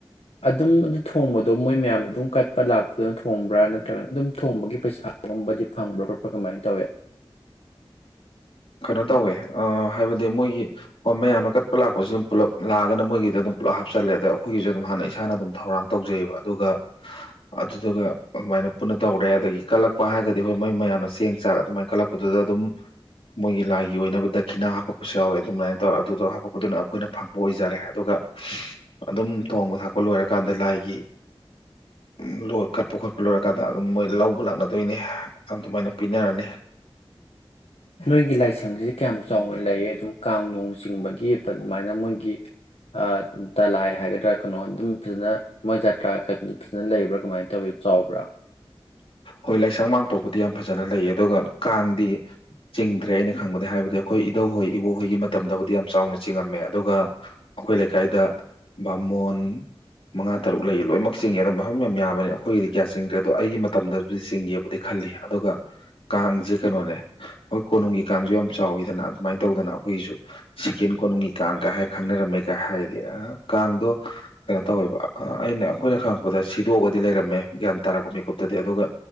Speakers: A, on the left (about 80°); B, on the left (about 70°).
A: ꯑꯗꯨꯝ ꯑꯗꯨ ꯊꯣꯡꯕꯗꯣ ꯃꯣꯏ ꯃꯌꯥꯝꯅ ꯑꯗꯨꯝ ꯀꯠꯄ ꯂꯥꯛꯄꯗꯨꯅ ꯊꯣꯡꯕ꯭ꯔꯥ ꯅꯠꯇ꯭ꯔꯒꯅ ꯑꯗꯨꯝ ꯊꯣꯡꯕꯒꯤ ꯄꯩꯁꯥꯒꯨꯝꯕꯗꯤ ꯐꯪꯕ꯭ꯔ ꯈꯣꯠꯄ꯭ꯔ ꯀꯃꯥꯏ ꯇꯧꯋꯦ <inaudible>
B: ꯀꯩꯅꯣ ꯇꯧꯋꯦ ꯑꯥ ꯍꯥꯏꯕꯗꯤ ꯃꯣꯏꯒꯤ ꯍꯣ ꯃꯌꯥꯝꯅ ꯀꯠꯄ ꯂꯥꯛꯄꯁꯨ ꯑꯗꯨꯝ ꯄꯨꯂꯞ ꯂꯥꯛꯑꯒꯅ ꯃꯣꯏꯒꯤꯗ ꯑꯗꯨꯝ ꯄꯨꯂꯞ ꯍꯥꯞꯆꯜꯂꯦ ꯑꯗꯩ ꯑꯩꯈꯣꯏꯒꯤꯁꯨ ꯑꯗꯨꯝ ꯍꯥꯟꯅ ꯏꯁꯥꯅ ꯑꯗꯨꯝ ꯊꯧꯔꯥꯡ ꯇꯧꯖꯩꯌꯦꯕ ꯑꯗꯨꯒ ꯑꯗꯨꯗꯨꯒ ꯑꯗꯨꯃꯥꯏꯅ ꯄꯨꯟꯅ ꯇꯧꯔꯦ ꯑꯗꯒꯤ ꯀꯠꯂꯛꯄ ꯍꯥꯏꯔꯒꯗꯤ ꯍꯣꯏ ꯃꯣꯏ ꯃꯌꯥꯝꯅ ꯆꯦꯡ ꯆꯥꯛ ꯑꯗꯨꯃꯥꯏꯅ ꯀꯜꯂꯛꯄꯗꯨꯗ ꯑꯗꯨꯝ ꯃꯣꯏꯒꯤ ꯂꯥꯏꯒꯤ ꯑꯣꯏꯅꯕ ꯗꯈꯤꯅꯥ ꯍꯥꯞꯄꯛꯄꯁꯨ ꯌꯥꯎꯋꯦ ꯑꯗꯨꯃꯥꯏꯅ ꯇꯧꯔꯦ ꯑꯗꯨꯗꯣ ꯍꯥꯄꯛꯄꯗꯨꯅ ꯑꯩꯈꯣꯏꯅ ꯐꯪꯕ ꯑꯣꯏꯖꯔꯦ ꯑꯗꯨꯒ ꯑꯗꯨꯝ ꯊꯣꯡꯕ ꯊꯥꯛꯄ ꯂꯣꯏꯔꯛ ꯀꯥꯟꯗ ꯂꯥꯏꯒꯤ ꯎꯝ ꯂꯣꯢ ꯀꯠꯄ ꯈꯣꯠꯄ ꯂꯣꯏꯔꯀꯥꯟꯗ ꯑꯗꯨꯝ ꯃꯣꯏ ꯂꯧꯕ ꯂꯥꯛꯅꯗꯣꯏꯅꯤ ꯑꯗꯨꯃꯥꯏꯅ ꯄꯤꯅꯔꯅꯤ
A: ꯅꯣꯏꯒꯤ ꯂꯥꯏꯁꯪꯁꯤꯗꯤ ꯀ꯭ꯌꯥꯝ ꯆꯥꯎꯅ ꯂꯩꯌꯦ ꯑꯗꯨꯝ ꯀꯥꯡ ꯅꯣꯡ ꯆꯤꯡꯕꯒꯤ ꯄꯑꯗꯨꯃꯥꯏꯅ ꯃꯣꯏꯒꯤ ꯑꯥ ꯙꯂꯥꯏ ꯍꯥꯏꯒꯗ꯭ꯔꯥ ꯀꯩꯅꯣ ꯑꯗꯨꯝ ꯐꯖꯅ ꯃꯣꯏ ꯖꯇ꯭ꯔꯥ ꯐꯖꯅ ꯂꯩꯕ꯭ꯔ ꯀꯃꯥꯏꯅ ꯇꯧꯋꯤ ꯆꯥꯎꯕ꯭ꯔ
B: ꯍꯣꯏ ꯂꯩꯁꯡ ꯃꯥꯡꯇꯣꯞꯄꯨꯗꯤ ꯌꯥꯝ ꯐꯖꯅ ꯂꯩꯌꯦ ꯑꯗꯨꯒ ꯀꯥꯡꯗꯤ ꯆꯤꯡꯗ꯭ꯔꯦ ꯑꯩꯅ ꯈꯪꯕꯗ ꯍꯥꯏꯕꯗꯤ ꯑꯩꯈꯣꯏ ꯏꯙꯧ ꯍꯣꯏ ꯏꯕꯣꯛꯍꯣꯏꯒꯤ ꯃꯇꯝꯗꯕꯨꯗꯤ ꯌꯥꯝ ꯆꯥꯎꯅ ꯆꯤꯡꯉꯝꯃꯦ ꯑꯗꯨꯒ ꯑꯈꯣꯏ ꯂꯩꯀꯥꯏꯗ ꯕꯥꯃꯣꯟ ꯃꯉꯥ ꯇꯔꯨꯛ ꯂꯩ ꯂꯣꯏꯃꯛ ꯆꯤꯡꯉꯦ ꯑꯗꯣ ꯃꯐꯝ ꯌꯥꯝ ꯌꯥꯝꯕꯅꯤꯅ ꯑꯩꯈꯣꯏꯒꯤꯗꯤ ꯀꯌꯥ ꯆꯤꯡꯗ꯭ꯔꯦ ꯑꯗꯣ ꯑꯩꯒꯤ ꯃꯇꯝꯗ ꯆꯤꯡꯒꯦꯕꯨꯗꯤ ꯈꯜꯂꯤ ꯑꯗꯨꯒ ꯀꯥꯡꯖꯦ ꯀꯩꯅꯣꯅꯦ ꯍꯣꯏ ꯀꯣꯅꯨꯡꯒꯤ ꯀꯥꯡꯖꯨ ꯌꯥꯝ ꯆꯥꯎꯋꯤꯗꯅ ꯑꯗꯨꯃꯥꯏꯅ ꯇꯧꯗꯅ ꯑꯩꯈꯣꯏꯒꯤꯁꯨ ꯁꯤꯀꯦꯟ ꯀꯣꯅꯨꯡꯒꯤ ꯀꯥꯡꯀ ꯍꯥꯏ ꯈꯪꯅꯔꯝꯃꯦꯒ ꯍꯥꯏꯔꯗꯤ ꯑ ꯀꯥꯡꯗꯣ ꯀꯩꯅꯣ ꯇꯧꯋꯦꯕ ꯑ ꯑꯩꯅ ꯑꯩꯈꯣꯏꯅ ꯈꯪꯉꯛꯄꯗ ꯁꯤꯗꯣꯛꯑꯗꯤ ꯂꯩꯔꯝꯃꯦ ꯒ꯭꯭ꯌꯥꯟ ꯇꯥꯔꯛꯄ ꯃꯤꯀꯨꯞꯇꯗꯤ ꯑꯗꯨꯒ